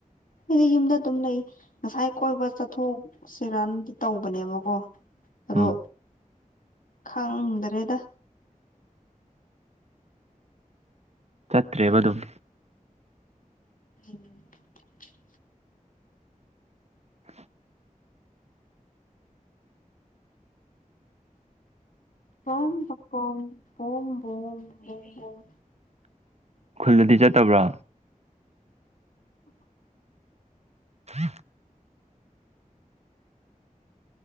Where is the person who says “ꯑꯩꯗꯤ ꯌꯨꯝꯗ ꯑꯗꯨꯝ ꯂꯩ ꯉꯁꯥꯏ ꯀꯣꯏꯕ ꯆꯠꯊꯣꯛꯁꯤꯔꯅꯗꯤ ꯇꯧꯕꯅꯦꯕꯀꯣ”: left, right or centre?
Left